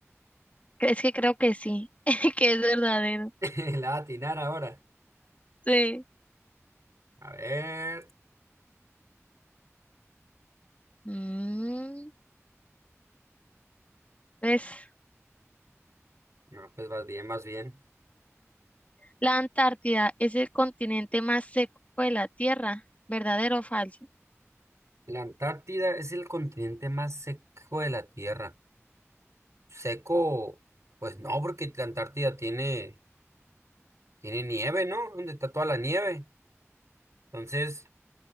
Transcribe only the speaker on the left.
Es que creo que sí, <laughs> que es verdadero.
Sí.
Mm. ¿Ves?
La Antártida es el continente más seco de la Tierra, ¿verdadero o falso?